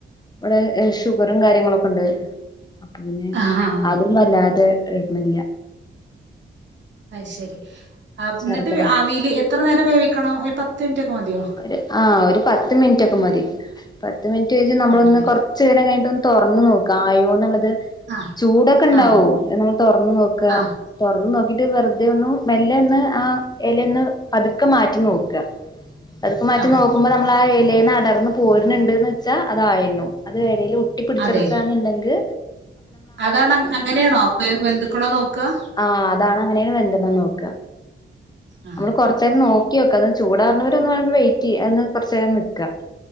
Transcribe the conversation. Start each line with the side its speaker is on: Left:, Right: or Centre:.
Left: ഇവിടെ ഷുഗറും കാര്യങ്ങളൊക്കെ ഉണ്ട് അപ്പൊ പിന്നെ
Right: ആഹ്
Left: അതും വല്ലാതെ ഇട്ണില്ല
Right: അത് ശരി എന്നിട്ട്
Left: ശർക്കര
Right: ആവിൽ എത്ര നേരം വേവിക്കണോ ഒരു പത്ത് മിനിറ്റ് ഒക്കെ മതിയോ
Left: ഒരു ആ ഒരു പത്ത് മിനിറ്റൊക്കെ മതി പത്ത് മിനിറ്റ് കഴിഞ്ഞ് നമ്മളൊന്ന്
Right: അതെല്ലേ
Left: കൊറ ച്ച്നേരം കഴിഞ്ഞിട്ട് ഒന്ന് തുറന്നു നോക്കആയോ എന്നുള്ളത്
Right: ആഹ്
Left: ചൂടൊക്കെ ഉണ്ടാവും
Right: ആഹ്
Left: എന്നമ്മള് തൊറന്ന് നോക്ക
Right: ആഹ്
Left: തൊറന്നു നോക്കിട്ട് വെറുതെ ഒന്ന്‌ മെല്ലെ ഒന്ന് ആ ഇല ഒന്ന് പതുക്കെ മാറ്റി നോക്ക അതൊക്കെ മാറ്റി
Right: ആഹ്
Left: നോക്കുമ്പൊ നമ്മള് ആ ഇലയിന്ന് അടർന്ന് പോരുന്നുണ്ട്ന്ന് വെച്ചാൽ അതായിന്നു അത് എലയിൽ ഒട്ടി പിടിച്ചെറുക്കാന്നുണ്ടെങ്ക്
Right: അതെ അതാണ് അങ്ങനെയാണോ വേവ് വെന്ത്ക്കണോന്ന്‌ നോക്ക
Left: ആ അതാണ് അങ്ങനെയാണ് വെന്തെക്കെന്ന് നോക്കാ
Right: ആഹ്
Left: നമ്മള് കൊറച്ച് നേരം നോക്കി
Right: ഓക്കെ
Left: വെക്ക അത് ചൂടാ പുട്ടൊന്ന് വേകുന്നടം വരെ വെയ്റ്റ് ചെയ്യ് അതൊന്ന് കുറച്ച് നേരം വെക്ക്ക